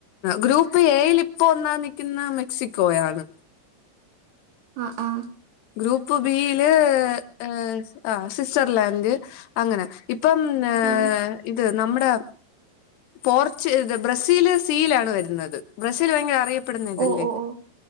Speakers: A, on the left (about 75°); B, on the right (about 75°).
A: ഗ്രൂപ്പ് എയിൽ ഇപ്പൊ ഒന്നാമ് നിൽക്കുന്ന മെക്സിക്കോയാണ്
B: ആഹ ആഹ
A: ഗ്രൂപ്പ് ബീയില് ഏഹ് ആഹ് സ്വിറ്റ്സർലാൻഡ് അങ്ങനെ ഇപ്പം ഏഹ്
B: ആഹ്
A: ഇത് നമ്മ്ടെ പോർച്ചു ബ്രസീല് സീയിലാണ് വരുന്നത് ബ്രസീൽ ഭയങ്കര അറിയ പ്പെടുന്ന ഇതല്ലേ
B: ഓ ഓ ഓ